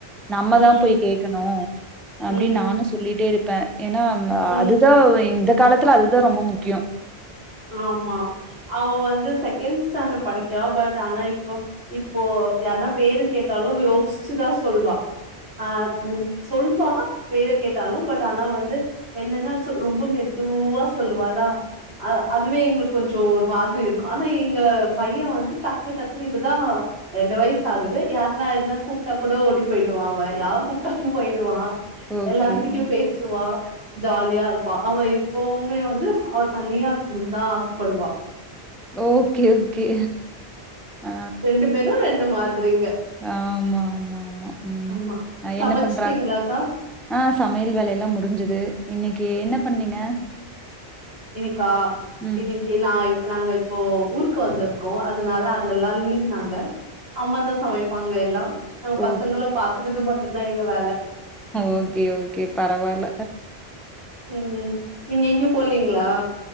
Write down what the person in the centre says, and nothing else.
நம்மதா
போய் கேக்கணு அப்புடின்னு
நானு சொல்லிட்டே இருப்பே ஏன்னா
அதுதா இந்த காலத்துல அதுதா ரொம்ப முக்கியோ
ஓகே.
ஓகே ஓகே ஆ,
ஆமா, ஆமா, ஆமா. ம்.
என்ன பண்றாங்க? அ சமையல் வேலயெல்லா முடிஞ்சது இன்னைக்கு என்ன பண்ணீங்க
ம்.
ஓ
ஓகே ஓகே பரவால